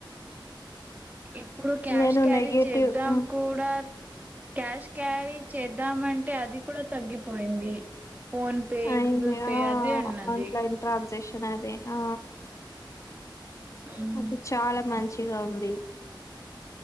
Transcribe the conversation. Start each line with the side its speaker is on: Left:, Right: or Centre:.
Right: ఇప్పుడు క్యాష్
Left: నేను
Right: క్యారీ
Left: నెగటివ్
Right: చేద్దాం
Left: హ్మ్,
Right: కూడా క్యాష్ క్యారీ చేద్దామంటే అది కూడా తగ్గిపోయింది ఫోన్ పే
Left: అయింది
Right: గూగుల్ పే
Left: ఆ
Right: అదే ఉన్నది
Left: ఆన్లైన్ ట్రాన్సాక్షన్ అదే ఆ
Right: ఉమ్
Left: అది చాలా మంచిగా ఉంది